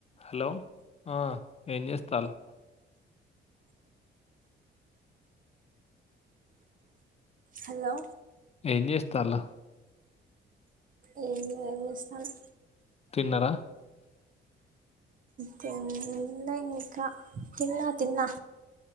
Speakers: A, on the left; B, on the right.
A: Hello ఆ ఏం చేస్తలు
B: హలో
A: ఏం చేస్తలు
B: ఏమి ఏం చేస్తలు
A: తిన్నరా
B: తిన్లే ఇంకా తిన్నా తిన్నా